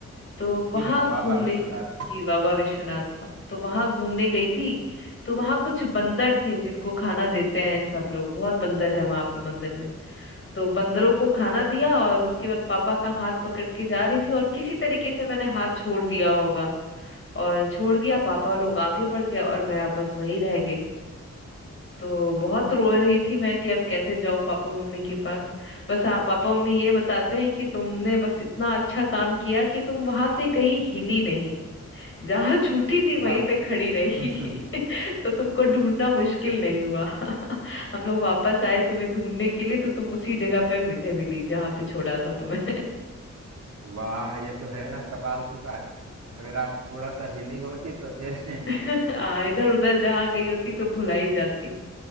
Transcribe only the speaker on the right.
जी हाँ बाबा
विश्वनाथ
वाह
<laughs>
वाह ये तो है ना कमाल की बात अगर आप थोड़ा सा हिली होती तो फिर